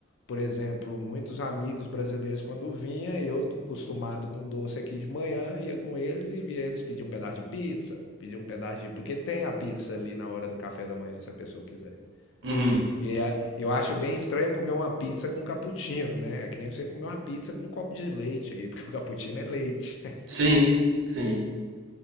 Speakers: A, on the left; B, on the right.
A: Por exemplo, muitos amigos brasileiros quando vinha, eu t- acostumado com doce aqui de manhã, ia com eles e via eles pedir um pedaço de pizza, pedir um pedaço de, porque tem a pizza ali na hora do café da manhã, se a pessoa quiser.
B: uhum.
A: E é- eu acho bem estranho comer uma pizza com cappuccino, né? É que nem você comer uma pizza com um copo de leite aí, <laughs> porque o cappuccino é leite,
B: Sim, sim.